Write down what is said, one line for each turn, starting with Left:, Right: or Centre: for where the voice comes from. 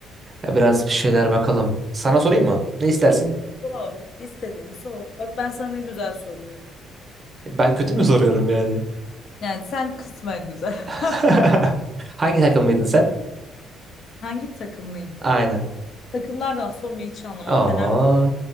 Right: Ya biraz bir şeyler bakalım. Sana sorayım mı? Ne istersin?
Left: Sor. İstediğini sor. Bak ben sana ne güzel soruyorum.
Right: Ben kötü mü soruyorum yani?
Left: Yani sen kısmen güzel. <laughs>
Right: <laughs> Hangi takımlıydın sen?
Left: Hangi takımlıyım?
Right: Aynen.
Left: Takımlardan sormayı hiç anlamam.
Right: Aa.
Left: Fenerbahçe.